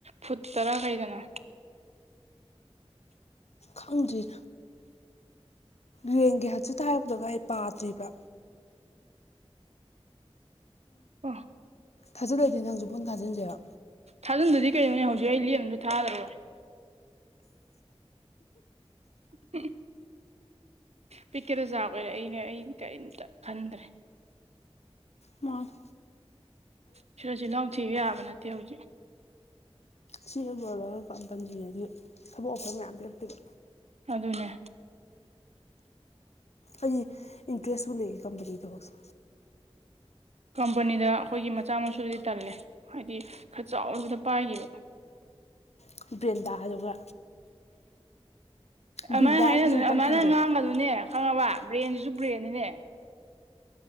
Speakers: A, on the right (about 80°); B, on the left (about 80°).
A: ꯐꯨꯠꯇꯔꯥ ꯀꯩꯗꯅꯣ
B: ꯈꯪꯗ꯭ꯔꯤ ꯄꯔ꯭ꯦꯝꯒꯤ ꯍꯧꯖꯤꯛꯇ ꯍꯥꯏꯔꯛꯄꯗ ꯉꯥꯏꯔꯤ ꯑꯩ ꯄꯥꯗ꯭ꯔꯤꯕ
A: ꯑꯝ
B: ꯊꯥꯖꯜꯂꯑꯗꯤ ꯅꯪꯖꯨ ꯄꯨꯟ ꯊꯥꯖꯤꯟꯖꯤꯔꯣ
A: ꯊꯥꯖꯤꯟꯗꯗꯤ ꯀꯩꯅꯣꯅꯦ ꯍꯧꯖꯤꯛ ꯑꯩ ꯂꯦꯝ ꯑꯃꯝꯇ ꯊꯥꯗꯔꯣꯏ <inaudible> ꯄꯤꯛꯀꯦꯔꯥ ꯆꯥꯎꯒꯦꯔꯥ ꯑꯩꯅꯦ ꯑꯩ ꯀꯔꯤꯝꯇꯥ ꯈꯟꯗ꯭ꯔꯦ
B: ꯃꯅꯦ
A: ꯁꯤꯗ ꯆꯤꯜꯍꯥꯎ ꯊꯤꯕ ꯌꯥꯕ ꯅꯠꯇꯦ ꯍꯧꯖꯤꯛ
B: ꯁꯤ ꯍꯦꯛ ꯂꯣꯏꯕꯒꯥ ꯀꯝꯄꯟꯅꯤꯗꯤ ꯊꯕꯛ ꯑꯣꯐꯔ ꯃꯌꯥꯝ ꯄꯤꯔꯛꯇꯨꯏꯕ
A: ꯑꯗꯨꯅꯦ
B: ꯑꯩꯒꯤ ꯏꯟꯇ꯭ꯔꯦꯁꯁꯨ ꯂꯩꯌꯦ ꯀꯝꯄꯅꯤ ꯊꯕꯛꯁꯦ
A: ꯀꯝꯄꯅꯤꯗ ꯑꯩꯈꯣꯏꯒꯤ ꯃꯆꯥ ꯃꯁꯨꯗꯤ ꯇꯜꯂꯦ ꯍꯥꯏꯗꯤ ꯈꯔ ꯆꯥꯎꯔꯕꯗ ꯄꯥꯏꯒꯤꯕ
B: ꯎꯝ ꯕ꯭ꯔꯦꯟꯗꯥ ꯑꯗꯨꯒ
A: ꯑꯗꯨꯃꯥꯏꯅ
B: ꯕ꯭ꯔꯤꯟꯗꯥ
A: ꯍꯥꯏꯅꯗꯨꯅꯦ
B: ꯍꯥꯏꯕꯁꯤ ꯑꯃꯨꯛꯇꯪ
A: ꯑꯗꯨꯃꯥꯏꯅ
B: ꯈꯟꯖꯩ
A: ꯉꯥꯡꯕꯗꯒꯅꯨꯅꯦ ꯈꯪꯉꯕ ꯕ꯭ꯔꯦꯟꯁꯤꯁꯨ ꯕ꯭ꯔꯦꯟꯅꯤꯅꯦ